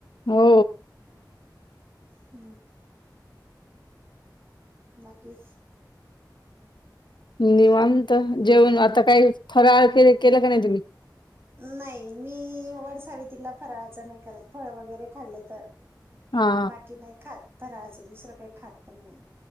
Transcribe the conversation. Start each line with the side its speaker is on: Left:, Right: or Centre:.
Left: हो
Right: हम् बाकी
Left: निवंत जेवण आता काय फराळ के केलं का नाही तुम्ही?
Right: नाही मी वर्ष तिला फराळाचं नाही करत फळ वगैरे खाल्ले तर
Left: हा
Right: बाकी नाही खात फराळाचं दुसरं काही खात पण नाही